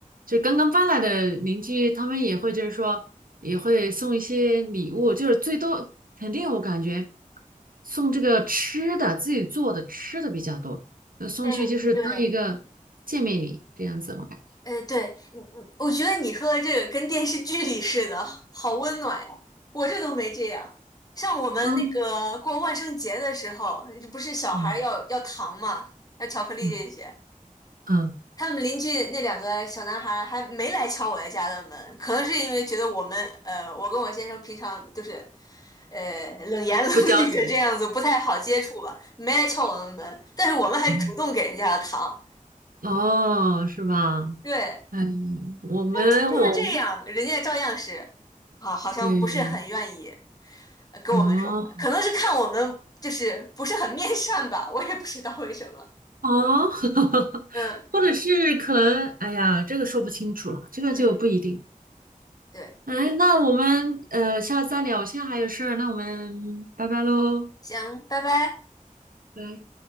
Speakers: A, on the right; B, on the left.
A: 就是刚刚搬来的邻居，他们也会就是说。也会送一些礼物，就是最多肯定我感觉送这个吃的，自己做的吃的比较多，那送去就是当一个见面礼这样子，
B: 哎，对。
A: 我感觉，
B: 呃，对，你你，我觉得你说的这个跟电视剧里似的，好温暖呀！我这都没这样。像我们那个过万圣节的时候，
A: 嗯
B: 这不是小孩儿要要糖嘛，
A: 嗯
B: 要巧克力这些。
A: 嗯嗯，
B: 他们邻居那两个小男孩儿还没来敲我家的门，可能是因为觉得我们，呃，我跟我先生平常就是，呃，冷言冷语这样子不太好接触吧，
A: 不着急，
B: 没来敲我们门，但是我们还主动给人家的糖。
A: 嗯哦，是吧？
B: 对，
A: 哎，我们我
B: 但这就是这样，人家照样是，好，好像不是很愿意
A: <laughs> 对
B: 呃跟我们说话，
A: 哦
B: 可能是看我们就是不是很面善吧，我也不知道为什么。
A: 哦，<laughs>
B: 嗯
A: 或者是可能，哎呀，这个说不清楚了，这个就不一定。
B: 嗯，对，
A: 哎，那我们呃下次再聊，我现在还有事儿那我们拜拜喽。
B: 行，拜拜。
A: 拜拜。